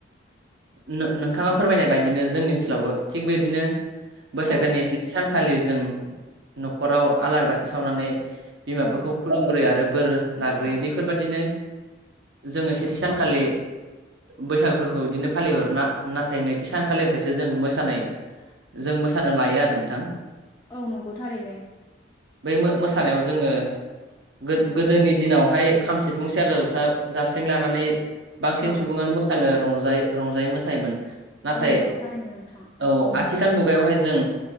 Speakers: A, on the right; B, on the left.
A: नों नोंथाङा फोरमायनाय बायदिनो जोंनि ओनसोलावबो थिग बिदिनो बैसाग
B: औ
A: दाननि सेथि सान खालि जों न'खराव आलार बाथि सावनानै बिमा
B: औ
A: बिफाखौ खुलुमग्रोयो आरो बोर लाग्रोयो
B: औ
A: बेफोरबादिनो जोङो सेथि सानखालि बैसागुफोरखौ बिदिनो फालिहर नाथाय नैथि सानखालिनिफ्रायसो जों मोसानाय जों मोसानो लायो आरो नोंथां
B: औ नंगौ थारैनो।
A: बै मो मोसानायाव जोङो गो गोदोनि दिनावहाय खाम सिफुं सेरजा जथा जाबस्रिं लानानै बांसिन
B: औ
A: सुबुङानो मोसानो रजायो रंजायो मोसायोमोन। नाथाय
B: औ नंगौ थारैनो नोंथां
A: औ आ थिखाल मुगायावहाय जों